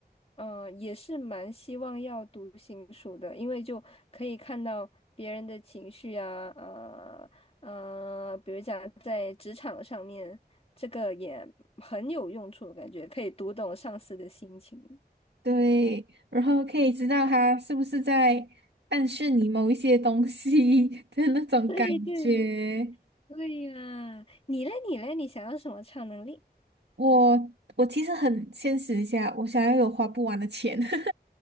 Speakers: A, on the left; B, on the right.
A: 嗯、也是蛮希望要读心术的，因为就可以看到别人的情绪啊，呃呃，比如讲在职场上面，这个也很有用处，感觉可以读懂上司的心情。
B: 对，然后可以知道他是不是在暗示你某一些东西 <laughs> 的那种感觉。
A: 对 <laughs> 对对呀，你嘞你嘞，你想要什么超能力？
B: 我我其实很现实一下，我想要有花不完的钱。<laughs>